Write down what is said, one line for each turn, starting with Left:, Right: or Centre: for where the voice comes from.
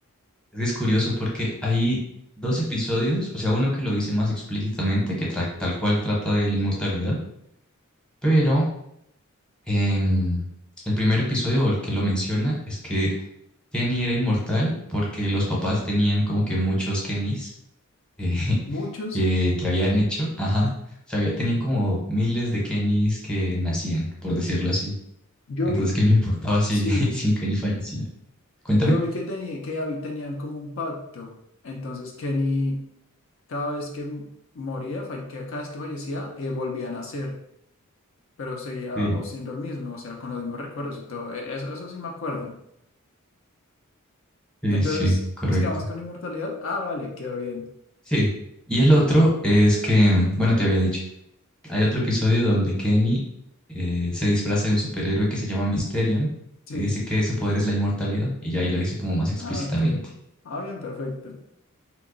Centre: Es que es curioso porque hay dos episodios, o sea, uno que lo dice más explícitamente, que tra- tal cual trata de la inmortalidad, pero Em, el primer episodio, el que lo menciona, es que Kenny era inmortal porque los papás tenían como que muchos Kennys eh,
Left: Muchos,
Centre: <laughs> que, que habían hecho. Ajá. O sea, había- tenían como miles de Kennys que nacían, por decirlo así.
Left: yo
Centre: Entonces,
Left: vi,
Centre: que no importaba si,
Left: sí,
Centre: <laughs> si un Kenny fallecía. Cuéntame.
Left: yo vi que tenía, que habí- tenían como un pacto. Entonces Kenny, cada vez que m- moría, falle- que cada vez que fallecía, eh, volvía a nacer, pero seguía
Centre: Sí,
Left: o siendo el mismo, o sea, con los mismos recuerdos y todo. E- Eso, eso sí me acuerdo.
Centre: sí,
Left: Entonces,
Centre: sí, correcto.
Left: ¿nos quedamos con inmortalidad? Ah, vale, quedó bien.
Centre: Sí. Y el otro es que, bueno, te había dicho. Hay otro episodio donde Kenny eh, se disfraza de un superhéroe que se llama Mysterion
Left: Sí.
Centre: y dice que su poder es la inmortalidad. Y ya ahí lo dice como más explícitamente.
Left: Ah, ok. Ah, bien, perfecto.